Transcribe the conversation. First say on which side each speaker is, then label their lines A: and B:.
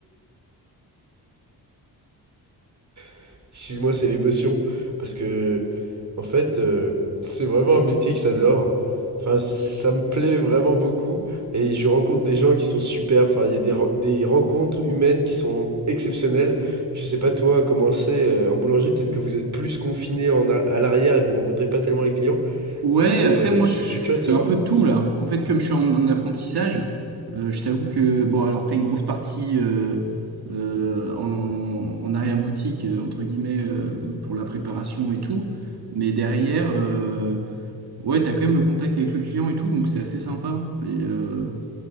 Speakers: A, on the right (about 45°); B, on the right (about 70°).
A: <laughs> Excuse-moi, c'est l'émotion. Parce que, en fait, euh, c'est vraiment un métier que j'adore. Enfin, ça me plaît vraiment beaucoup. Et je rencontre des gens qui sont superbes. Enfin, il y a des, re- des rencontres humaines qui sont exceptionnelles. Je sais pas, toi, comment c'est euh, en boulanger. Peut-être que vous êtes plus confiné en a- à l'arrière et vous rencontrez pas tellement les clients.
B: Ouais,
A: Mais
B: après
A: euh,
B: moi
A: je je
B: je suis
A: suis curieux de savoir.
B: un peu tout là. En fait, comme je suis en, en apprentissage, euh, je t'avoue que bon alors t'as une grosse partie euh, euh, en, en arrière-boutique euh, entre guillemets euh, pour la préparation et tout, mais derrière euh, ouais t'as quand même le contact avec le client et tout, donc c'est assez sympa. Et, euh,